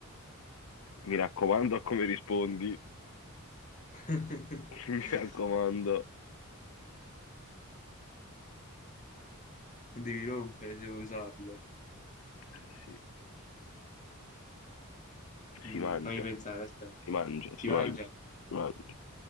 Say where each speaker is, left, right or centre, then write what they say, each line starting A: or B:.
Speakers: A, on the left (about 65°); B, on the left (about 35°).
A: Mi raccomando a come rispondi,
B: <laughs>
A: <laughs> mi raccomando.
B: Devi rompere se vuoi usarlo.
A: Eh, sì,
B: Mm,
A: si mangia,
B: fammi pensare, aspetta.
A: si mangia,
B: Si
A: si
B: mangia?
A: mangia, si mangia.